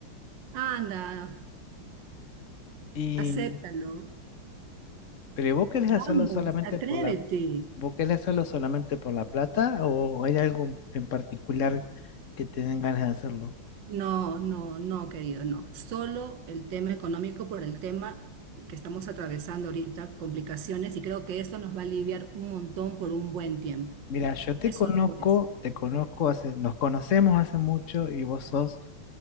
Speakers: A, on the right (about 60°); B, on the left (about 40°).
A: Anda,
B: Y,
A: acéptalo.
B: pero ¿vos querés hacerlo
A: Vamos,
B: solamente
A: atrévete.
B: por la, vos querés hacerlo solamente por la plata o hay algo en particular que te den ganas de hacerlo?
A: No, no, no, querido, no. Solo el tema económico por el tema que estamos atravesando ahorita, complicaciones, y creo que esto nos va a aliviar un montón por un buen tiempo.
B: Mira, yo te
A: Es
B: conozco,
A: solo por eso.
B: te conozco hace, nos conocemos hace mucho y vos sos